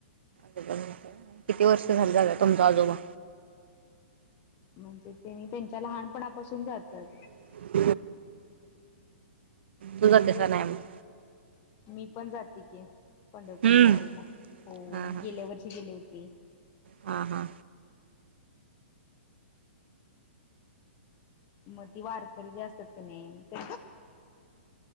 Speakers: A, on the right; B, on the left.
A: किती वर्ष
B: हम्म.
A: झालं जातात तुमच आजोबा
B: म्हणजे त्यांनी त्यांच्या लहानपणापासून जातात.
A: <inaudible> तुझा
B: म्हणजे
A: तीसा
B: ते
A: नाही मग
B: मी पण जाते की, पंढरपूरच्या
A: हम्म.
B: वारीला हो
A: हा
B: मी
A: हा
B: गेल्या वर्षी गेले होते. ते
A: हा हा
B: मग ती वारकरी जे असतात का नाही ते